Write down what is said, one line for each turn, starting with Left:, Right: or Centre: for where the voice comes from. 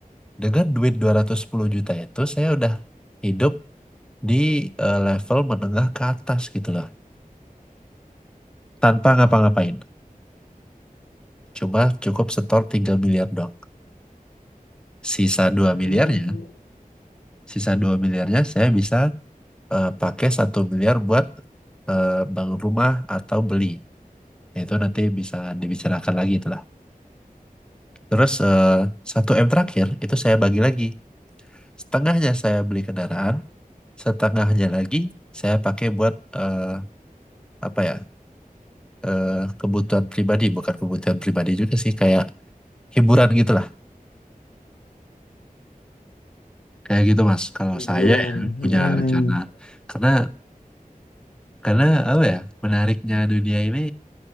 Centre: Dengan duit 210 juta itu saya udah hidup di eh, level menengah ke atas gitu lah tanpa ngapa-ngapain cuma cukup setor 3 miliar dong sisa dua
Left: Hmm.
Centre: miliarnya sisa dua miliarnya saya bisa eh, pakai satu miliar buat eh, bangun rumah atau beli itu nanti bisa dibicarakan lagi itulah terus eh, 1 M terakhir itu saya bagi lagi setengahnya saya beli kendaraan setengahnya lagi saya pakai buat eh, apa ya eh, kebutuhan pribadi bukan kebutuhan pribadi juga sih kayak hiburan gitu lah Kayak gitu Mas. Kalau
Left: Hiburan.
Centre: saya ya
Left: Hmm.
Centre: punya rencana karena karena apa ya menariknya dunia ini